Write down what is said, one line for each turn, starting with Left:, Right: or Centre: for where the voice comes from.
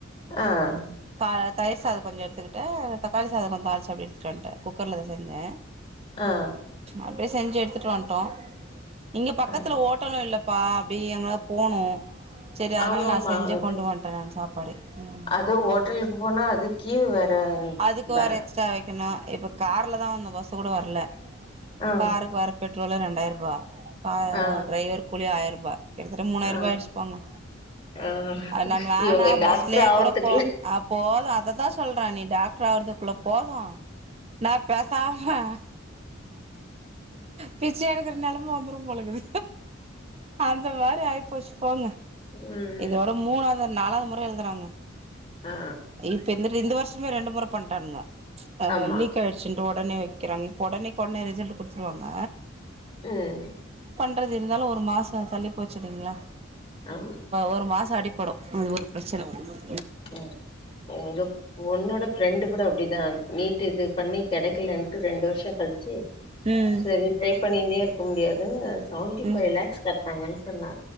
Left: அ அ
Right: கா தயிர் சாதோ கொஞ்சோ எடுத்துக்குட் ட்டு தக்காளி சாதோ கொஞ்சோ அறுச்சு அப்டியே எடுத்துட்டு வன்ட்டாரு குக்கர்ல தா செஞ்சே
Left: ஆ
Right: நானு அப்புடியே செஞ்சு எடுத்துட்டு வன்ட்டோ இங்க பக்கத்துல
Left: ஆ
Right: ஓட்டலு இல்ல ப்பா அப்டி எங்கனாது போனு செரி அதுனால
Left: ஆமாமா
Right: நா செஞ்சே
Left: அது
Right: கொண்டு வன்டே நா சாப்பாடு ம்
Left: அது ஹோட்டலுக்கு போனா அது கீவு வேற
Right: அதுக்கு
Left: ப
Right: வேற எக்ஸ்ட்ரா வெக்கணு இப்ப கார்லதா வந்தோ பஸ்ஸு உடுவாருல்ல
Left: ஆ
Right: காருக்கு வற பெட்ரோலு ரெண்டாயிர் ரூபா கா
Left: ஆ
Right: டிரைவரு கூலி ஆயிர ரூ வ கிட்டத்தட்ட மூணாயிர
Left: ஆ
Right: ருபா ஆயிடுச்சு போங்க
Left: ஆ
Right: அ நான் வேணா
Left: இவங்க டாக்டர்
Right: பஸ்லயே
Left: ஆவறதுக்குள்ள
Right: கூட போ அ போது அததா சொ சொல்றாங் டாக்டர் வரதுக்குள்ள போதும் நான் பேசாம பிச்ச எடுக்குற நெலம வந்துரும் போலங்க அந்த மாரி ஆயி பஷ் போங்க
Left: ம்
Right: இது வரும் மூணாவது நாலாவது முறை எழுதுறாங்க
Left: ஆ
Right: இப்ப இந்த இந்த வருஷமே ரெண்டு முறை பண்டானுங்க ஆ
Left: ஆமா
Right: லீக் ஆயிடுச்சுன்னு ஒடனே வைக்கிறாங்க ஒடனேக் ஒடனே ரிசல்ட் குடுத்துருவாங்க
Left: ம்
Right: றது இருந்தாலும் ஒரு மாசம் தள்ளி போச்சு இல்லீங்ளா
Left: ஆமா
Right: ஒரு மாசம் அடிப்படும் ம் ஒரு பிரச்சன ஒன்னு
Left: ம் எங்க பொண்ணோட ஃபிரெண்டு கூட அப்டிதான் ஆ நீட்டு இது பண்ணி கெடைக்கலேன்ட்டு ரெண்டு வருஷம் கழிச்சி
Right: ம்
Left: செரி ட்ரை பண்ணின்னே இரு இருக்க முடியாது சவன்டி ஃபைவ்
Right: ம்
Left: லேக்ஸ் கட்டனாங்கன்னு சொன்னா